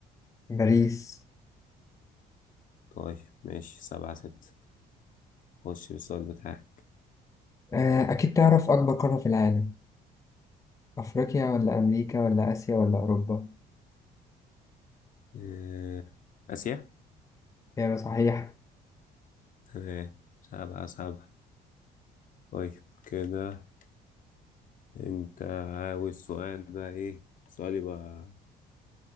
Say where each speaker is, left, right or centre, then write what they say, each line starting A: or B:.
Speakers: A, on the left; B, on the left.
A: باريس
B: طيب ماشي سبعة ستة خش بالسؤال بتاعك
A: آه، أكيد تعرف أكبر قارة في العالم أفريقيا ولا أمريكا ولا آسيا ولا أوروبا؟
B: آه، آسيا
A: إجابة صحيحة
B: تمام سبعة سبعة طيب كده أنت عاوز سؤال بقى إيه سؤال يبقى